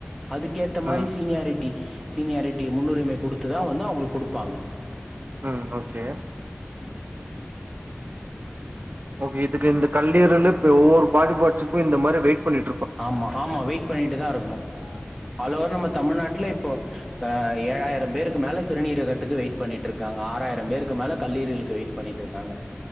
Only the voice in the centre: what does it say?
அதுக்கேத்த மாரி
ஸ் ரிட்டி சீனியாரிட்டி முன்னுரிமை கொடுத்துதா வந்து அவங்களுக்கு கொடுப்பாங்க.
ஆமா ஆமா வெயிட் பண்ணிட்டு தா இருக்கணு ஆல்லோவர் நம்ம தமிழ்நாட்டுல இப்போ ஆ ஏழாயிரம் பேருக்கு மேல சிறுநீரகத்துக்கு வெயிட் பண்ணிட்டுருக்காங்க. ஆறாயிரம் பேருக்கு மேல கல்லீரிகளுக்கு வெயிட் பண்ணிட்டுருக்காங்க.